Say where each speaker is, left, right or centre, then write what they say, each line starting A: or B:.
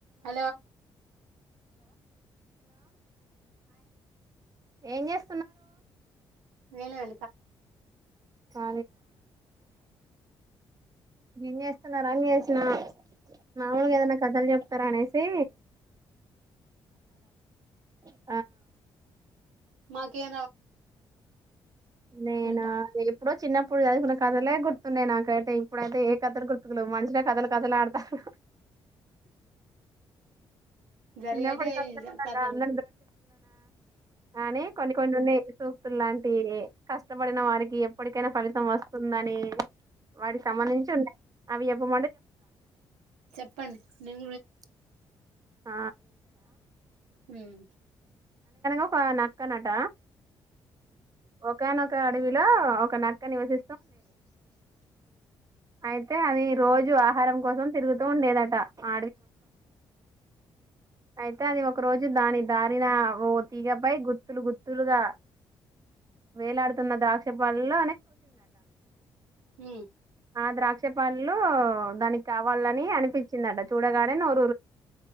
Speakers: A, on the right (about 85°); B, on the right (about 35°).
A: హలో హలో
B: లా
A: హాయండి
B: ఏం చేస్తున్నారు
A: వేల వెంది కాలి ఇప్పుడు
B: కాలీనా
A: ఉహుం
B: ఏం చేస్తున్నారా అని చేసిన మావులుగ ఏదైనా కథలు చెప్తారా అనేసి
A: కథలా
B: ఆ
A: మాకేం రావండి మీరు చెప్పండి
B: నేనా
A: వింటా
B: ఇప్పుడు చిన్నప్పుడు చదువుకున్న కథలే గుర్తున్నాయి నాకైతే ఇప్పుడైతే ఏ కథలు గుర్తుకులేవు మనుషులే కథలు కథలు ఆడతా ఆడతారు
A: జరిగేటే
B: చిన్నపడి కత
A: కథలు
B: అందని ద్రాక్ష ఫల్నా అనే కొన్ని కొన్ని ఉన్నే వసు లాంటియే కష్టపడిన వారికి ఎప్పటికైనా ఫలితం వస్తుందని వాడికి సంబంధించి ఉండయి అవి ఉమ్ అంటే ఎప్తా
A: చెప్పండి నేను కూడా వి వింటా
B: ఆ వింటారా
A: హుమ్మ్
B: ప్ప నాక్కనట ఒకనా అడవిలో ఒక నక్క నివసిస్తూ ఉండేది
A: అ
B: అయితే అది రోజు ఆహారం కోసం తిరుగుతూ ఉండేదట ఆ అడవి మొత్తం
A: హ
B: అయితే అది ఒక రోజు దాని దారిన ఓ తీగపై గుత్తులు గుత్తులుగా వేలాడుతున్న ద్రాక్షపాలలో అనే చూసిందట
A: హ
B: పచ్చ పనులు దానికి కావాలని అనిపించిందట చూడగానే నోరు ఊరిందంట